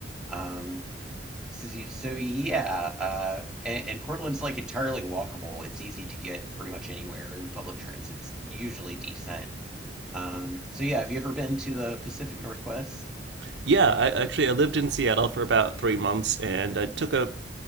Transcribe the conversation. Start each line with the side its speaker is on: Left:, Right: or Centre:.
Centre: Um, so, so so, yeah, uh, and, and Portland's like entirely walkable. It's easy to get pretty much anywhere, and public transit's usually decent. Um, so yeah, have you ever been to the Pacific Northwest?
Right: Yeah, I actually I lived in Seattle for about three months, and I took a